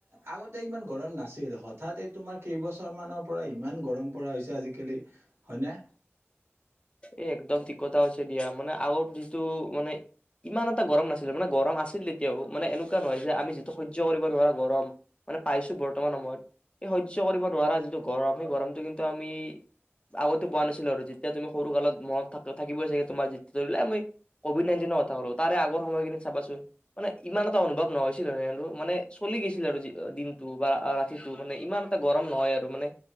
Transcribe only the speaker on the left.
এই একদম ঠিক কথা আ হৈছে দিয়া মানে আগৰ যিটো মানে। ইমান এটা গৰম নাছিলে মানে গৰম আছিল তেতিয়াও মানে এনেকুৱা নহয় যে আমি যিটো সহ্য কৰিব নোৱাৰোা গৰম। মানে পাইছোঁ বৰ্তমান সময়ত এই সহ্য কৰিব নোৱাৰা যিটো গৰম সেই গৰমটো কিন্তু আমি আগতে পোৱা নাছিলো আৰু যেতিয়া তুমি সৰু কালত মনত থ থাকিবই চাগে তোমাৰ জ ধৰিলে মই ক'ভিড নাইটিনৰ কথা কলো তাৰে আগ সময়খিনিত চাবাচোন। মানে ইমান এটা অনুভৱ ন হৈছিল নটো মানে চলি গৈছিল আৰু দিনটো বা ৰা পটো মানে ইমান এটা গৰম নহয় আৰু মানে।